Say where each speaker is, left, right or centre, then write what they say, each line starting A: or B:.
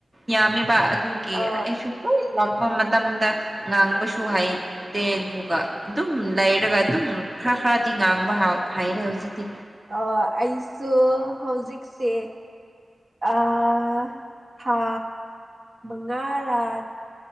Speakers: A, on the right; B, on the right.
A: ꯌꯥꯝꯃꯦꯕ ꯑꯗꯨꯒꯤ
B: ꯑ
A: ꯑꯩꯁꯨ ꯍꯣꯏ ꯂꯥꯛꯄ ꯃꯇꯝꯗ ꯉꯥꯡꯕꯁꯨ ꯍꯩ ꯇꯦ ꯑꯗꯨꯒ ꯑꯗꯨꯝ ꯂꯩꯔꯒ ꯑꯗꯨꯝ ꯈꯔ ꯈꯔꯗꯤ ꯉꯥꯡꯕ ꯍꯥꯏꯔꯦ ꯍꯧꯖꯤꯛꯇꯤ
B: ꯑꯣ ꯑꯩꯁꯨ ꯍꯧꯖꯤꯛꯁꯦ ꯑꯥ ꯊꯥ ꯃꯉꯥꯔꯥ